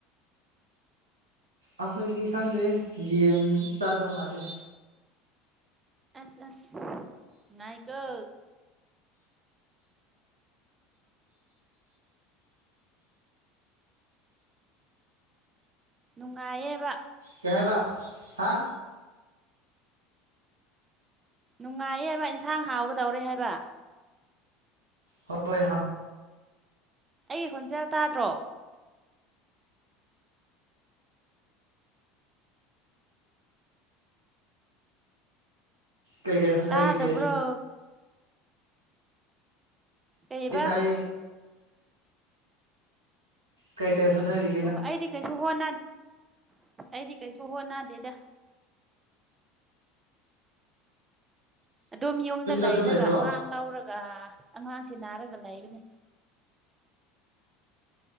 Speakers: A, on the right; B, on the right.
A: ꯑꯩꯈꯣꯏꯗꯤ ꯈꯪꯗꯦ ꯌꯦꯟ ꯆꯥꯗꯧ ꯃꯥꯜꯂꯦ
B: ꯑꯁ ꯑꯁ ꯅꯨꯉꯥꯏꯀꯣ ꯅꯨꯡꯉꯥꯏꯌꯦꯕ
A: ꯀꯩ ꯍꯥꯏꯕ ꯍꯥ
B: ꯅꯨꯡꯉꯥꯏꯌꯦ ꯍꯥꯏꯕ ꯏꯟꯁꯥꯡ ꯍꯥꯎꯒꯗꯧꯔꯦ ꯍꯥꯏꯕ
A: ꯍꯣꯏ ꯍꯣꯏ <unintelligible>
B: ꯑꯩꯒꯤ ꯈꯣꯟꯖꯦꯜ ꯇꯥꯗ꯭ꯔꯣ
A: ꯀꯩꯀꯩ ꯍꯣꯠꯅꯔꯤꯒꯦ
B: ꯇꯥꯗꯕ꯭ꯔꯣ ꯀꯩꯏꯕ
A: ꯇꯥꯏ ꯀꯩꯀꯩ ꯍꫭꯠꯔꯤ
B: ꯑꯣ ꯑꯩꯗꯤ ꯀꯩꯁꯨ ꯍꯣꯟꯅ ꯑꯩꯗꯤ ꯀꯩꯁꯨ ꯍꯣꯟꯅꯗꯦꯗ ꯑꯗꯨꯝ ꯌꯨꯝꯗ ꯂꯩꯔꯒ
A: ꯑꯗꯨꯝ ꯂꯩꯕ꯭ꯔꯣ
B: ꯑꯉꯥꯡ ꯂꯧꯔꯒ ꯑꯉꯥꯡꯁꯤ ꯅꯥꯔꯒ ꯂꯩꯕꯅꯦ